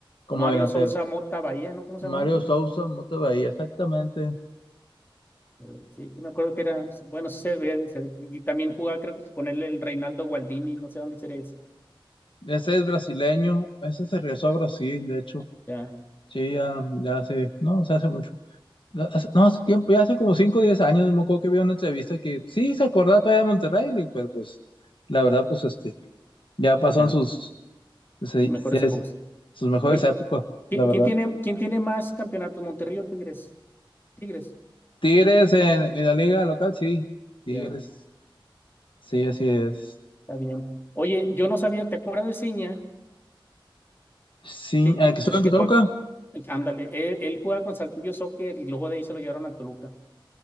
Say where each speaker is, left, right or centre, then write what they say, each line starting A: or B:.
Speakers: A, on the left; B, on the left.
A: como
B: Mario
A: delantero.
B: Sousa Mota Bahía, ¿no? ¿Cómo
A: Mario
B: se llamaba?
A: Sousa, Mota Bahía, exactamente.
B: Eh, Sí, sí me acuerdo que era, bueno, sí se veía diferente. Y también jugaba, creo que con él el Reinaldo Gualdini, no sé dónde sería ese.
A: Ese es brasileño, ese se regresó a Brasil, de hecho.
B: Ya,
A: Sí, ya, ya hace, no, o sea, hace mucho. No, hace, no, hace tiempo, ya hace como 5, o 10 años, me acuerdo que vi una entrevista que sí se acordaba todavía de Monterrey, le- pero pues la verdad, pues este, ya pasó
B: ya,
A: en sus, se-
B: mejores
A: ya es-
B: épocas.
A: sus mejores
B: Oye,
A: épocas,
B: ¿quién,
A: la verdad.
B: quién tiene, quién tiene más campeonatos, Monterrey o Tigres? Tigres.
A: Tigres en, en la liga local, sí, Tigres,
B: Ya,
A: sí, así es.
B: está bien. Oye, yo no sabía, ¿te acuerdas de Ciña?
A: Sí,
B: Sí,
A: ¿a que estuvo
B: el
A: en
B: que
A: Toluca?
B: juega, ándale, él, él jugaba con Saltillo Soccer y luego de ahí se lo llevaron al Toluca.